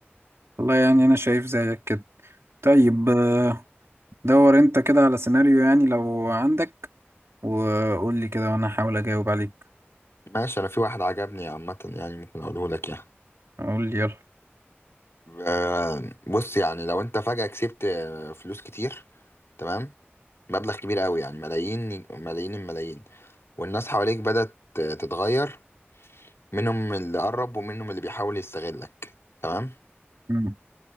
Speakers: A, on the right (about 85°); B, on the left (about 75°).
A: والله يعني انا شايف زيك كده طيب آه، دور انت كده على سيناريو يعني لو عندك وقول لي كده وانا هحاول اجاوب عليك
B: ماشي انا في واحد عجبني عامة يعني ممكن اقوله لك يعني
A: قول لي يلا
B: آه، بص يعني لو انت فجأة كسبت آه، فلوس كتير تمام مبلغ كبير قوي يعني ملايين ملايين الملايين والناس حواليك بدأت آه، تتغير منهم اللي قرب ومنهم اللي بيحاول يستغلك تمام
A: مم.